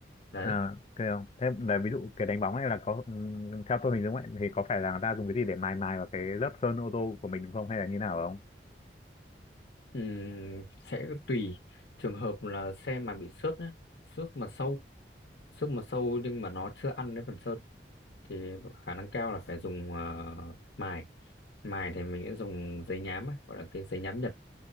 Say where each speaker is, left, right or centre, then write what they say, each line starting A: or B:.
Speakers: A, on the left; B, on the left.
A: đấy
B: À, ok không? Thế là ví dụ cái đánh bóng này là có ừm, theo tôi hình dung ấy thì có phải là người ta dùng cái gì để mài mài vào cái lớp sơn ô tô của mình đúng không hay là như nào không?
A: Ừm, sẽ tùy trường hợp là xe mà bị xước nhé xước mà sâu xước mà sâu nhưng mà nó chưa ăn đến phần sơn thì khả năng cao là phải dùng ờ, mài mài thì mình sẽ dùng giấy nhám á, gọi là cái giấy nhám Nhật